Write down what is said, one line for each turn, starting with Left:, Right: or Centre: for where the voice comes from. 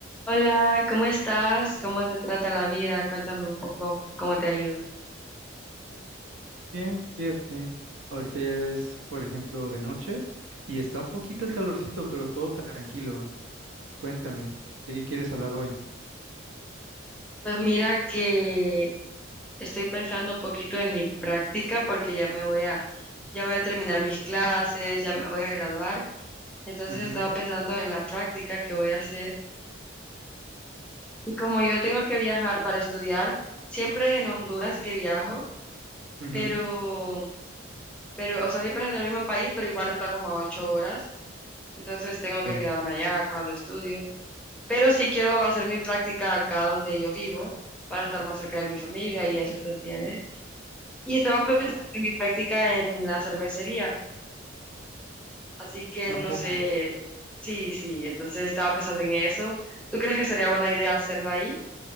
Centre: Hola, ¿cómo estás? ¿Cómo te trata la vida? Cuéntame un poco cómo te ha ido.
Right: Hola. Bien, fíjate. Ahorita ya es, por ejemplo, de noche y está un poquito el calorcito, pero todo tranquilo. Cuéntame, ¿de qué quieres hablar hoy?
Centre: Pues mira que estoy pensando un poquito en mi práctica porque ya me voy a, ya voy a terminar mis clases, ya me voy a graduar. Entonces
Right: Ujú,
Centre: estaba pensando en la práctica que voy a hacer. Y como yo tengo que viajar para estudiar, siempre es en Honduras que viajo,
Right: ujú,
Centre: pero, pero, o sea, siempre es en el mismo país, pero igual está como a ocho horas. Entonces tengo que
Right: Ya,
Centre: quedarme allá cuando estudio. Pero sí quiero hacer mi práctica acá donde yo vivo para estar más cerca de mi familia y eso, ¿tú entiendes? Y estaba pensando en mi práctica en la cervecería, así que
Right: ¿a
Centre: no
Right: poco?
Centre: sé, sí, sí, entonces estaba pensando en eso. ¿Tú crees que sería buena idea hacerla ahí?